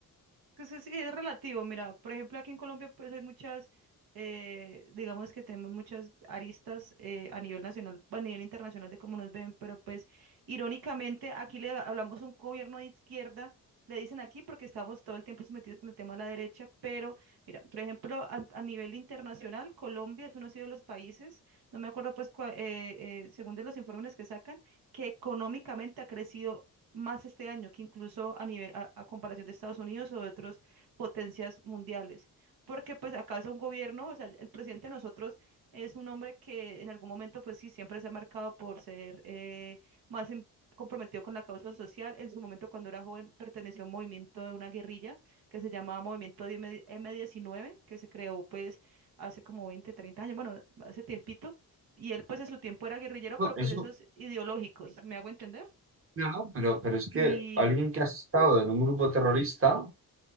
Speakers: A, on the right; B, on the right.
A: Pues sí es relativo, mira, por ejemplo, aquí en Colombia pues hay muchas, eh, digamos que tenemos muchas aristas eh, a nivel nacional, a nivel internacional de cómo nos ven, pero pues irónicamente aquí le hablamos a un gobierno de izquierda, le dicen aquí porque estamos todo el tiempo sometidos con el tema de la derecha, pero mira, por ejemplo, a, a nivel internacional, Colombia es uno de los países, no me acuerdo pues cua- eh, eh, según de los informes que sacan, que económicamente ha crecido más este año que incluso a nivel a, a comparación de Estados Unidos o de otras potencias mundiales. Porque pues acá es un gobierno, o sea, el, el presidente de nosotros es un hombre que en algún momento pues sí, siempre se ha marcado por ser eh, más in- comprometido con la causa social. En su momento cuando era joven perteneció a un movimiento de una guerrilla que se llamaba Movimiento de M- M19, que se creó pues hace como 20, 30 años, bueno, hace tiempito. Y él pues en su tiempo era guerrillero,
B: No,
A: pero
B: eso,
A: pues de esos ideológicos, ¿me hago entender?
B: claro, pero, pero es que
A: Y,
B: alguien que ha estado en un grupo terrorista o